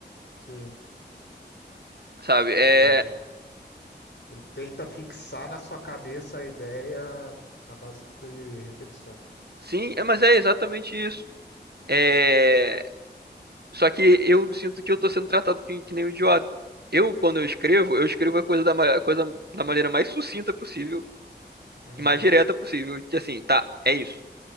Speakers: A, on the left (about 85°); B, on the right (about 65°).
A: Sim.
B: sabe? É,
A: Ele, ele tenta fixar na sua cabeça a ideia na base de repetição.
B: sim, é, mas é exatamente isso. É, só que eu sinto que eu tô sendo tratado que, que nem um idiota. Eu, quando eu escrevo, eu escrevo a coisa da, ma- a coisa da maneira mais sucinta possível
A: Uhum,
B: e mais direta possível. Que assim, tá, é isso.